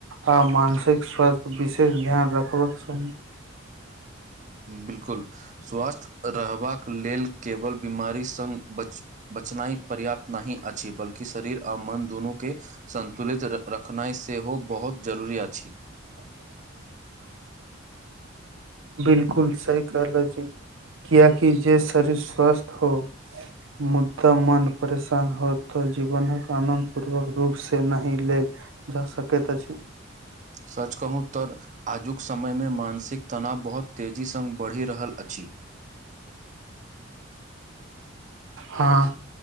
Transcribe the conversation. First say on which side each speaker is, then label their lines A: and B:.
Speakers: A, on the right; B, on the right.
A: आ मानसिक स्वास्थ विशेष ध्यान रखबाक स
B: बिलकुल स्वस््थ रहबाक लेल केवल बीमारी सङ् बच बचनाइ पर्याप्त नहि अछि बल्कि शरीर आ मन दुनू के संन्तुलित रखनाइ सेहो बहुत जरूरी अछि
A: <inaudible>
B: <inaudible>
A: बिलकुल सही कहलखिन कियाकि जे शरीर स्वस्थ हो मुद्दा मन परेशान हो तऽ जीवनक आनंद पूर्वक रूप से नहि लेल जा सकैत अछि
B: सच कहूँ तऽ आजुक समयमे मानसिक तनाव बहुत तेजी सङ् बढ़ि रहल अछि
A: हँ